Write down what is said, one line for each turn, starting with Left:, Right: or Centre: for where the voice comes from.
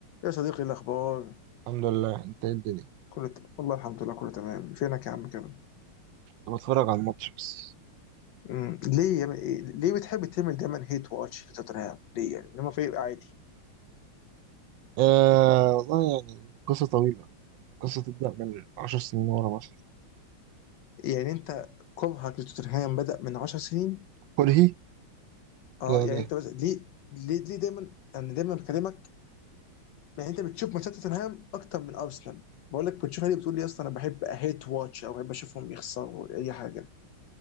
Left: يا صديقي إيه الأخبار
Right: الحمد لله انت ايه الدنيا
Left: كله ت... والله الحمد لله كله تمام فينك يا عم كده
Right: انا بتفرج على الماتش بس
Left: مم. ليه يا... ب- إيه- ليه بتحب تعمل دايما هيت واتش لتوتنهام ليه يعني لما فريق عادي
Right: آه والله يعني قصة طويلة قصة تبدأ من عشر سنين ورا مثلا
Left: يعني أنت كرهك لتوتنهام بدأ من 10 سنين
Right: كرهي
Left: اه
Right: لا
Left: يعني
Right: لا
Left: أنت بس ليه ليه, ليه دايما أنا دايما بكلمك يعني أنت بتشوف ماتشات توتنهام أكتر من أرسنال بقول لك بتشوفها ليه بتقول لي اصلا انا بحب هيت واتش او بحب اشوفهم يخسروا اي حاجه